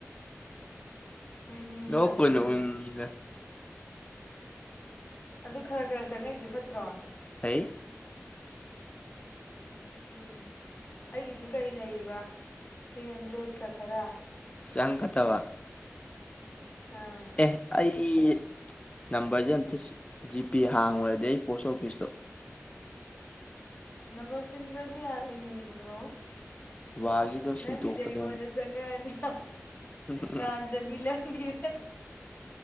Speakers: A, on the left (about 40°); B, on the left (about 25°).
A: ꯃꯣꯏꯅꯤꯒ
B: ꯅꯣꯛꯄꯨ
A: ꯁꯥꯟꯅꯔꯤ
B: ꯅꯣꯛꯅꯤꯡꯉꯤꯗ
A: ꯑꯗꯨ ꯈꯔ ꯈꯔ ꯆꯪꯉꯛꯏꯁꯦ ꯐꯠꯇ꯭ꯔꯣ
B: ꯐꯩ
A: ꯑꯗꯨꯅꯦ ꯑꯩꯒꯤꯁꯨ ꯀꯩ ꯂꯩꯔꯤꯕ ꯊ꯭ꯔꯤ ꯍꯟꯗ꯭ꯔꯦꯠꯀ ꯈꯔ
B: ꯆꯪ ꯐꯠꯇꯕ
A: ꯑꯥ
B: ꯑꯦ ꯑꯩ ꯅꯝꯕꯔꯁꯦ ꯑꯝꯇ ꯖꯤ ꯄꯦ ꯍꯥꯡꯉꯨꯔꯗꯤ ꯑꯩ ꯄꯣꯁ ꯑꯣꯐꯤꯁꯇꯣ
A: ꯅꯝꯕꯔ ꯁꯤꯟꯗ꯭ꯔꯗꯤ ꯌꯥꯔꯣꯏꯅꯦ ꯏꯕꯨꯡꯉꯣ
B: ꯕꯕꯥꯒꯤꯗꯣ
A: ꯅꯪꯒꯤꯗꯤ
B: ꯁꯤꯟꯇꯣꯛꯀꯗꯕꯅꯤ
A: ꯑꯩꯉꯣꯟꯗ ꯆꯪꯉꯅꯤ
B: ꯎꯝ
A: ꯅꯥꯍꯥꯟ ꯆꯅꯤ ꯂꯧꯒꯤ